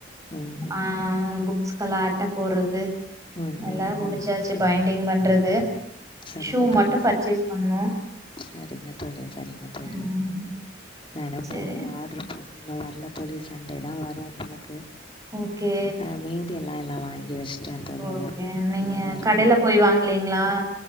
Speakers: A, on the left; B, on the right.
A: ம்
B: ஆ புக்ஸ் களா அட்ட போடறது
A: ம்
B: எல்லா
A: ம்
B: முடிச்சாச்சு
A: ம்
B: பய அப்டின் பண்றது
A: சரிங்க
B: ஷூ
A: தோழி
B: மட்டு பர்ச்சேஸ் பண்ணோ
A: சரிங்க தோழி சரிங்க தோழி
B: ம்
A: நானே
B: சரி
A: பேக் ஆர்டரு போட்டு இன்னு வர்ல தோழி சண்டேதா வரு போலருக்கு
B: ஓகே
A: அஹ் மீதி எல்லாம் எல்லா வாங்கி வச்டேன் தோழி
B: ஓகே
A: எல்லாமே
B: நீங்க
A: ரெடியாதா இருக்கு
B: கடையில போய் வாங்கலீங்களா